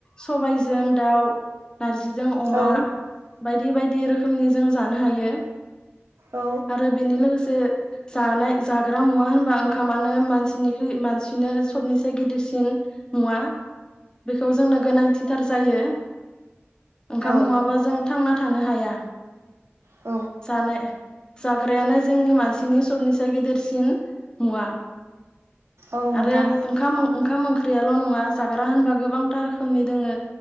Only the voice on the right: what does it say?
औ
औ
औ
औ
औ नोंथां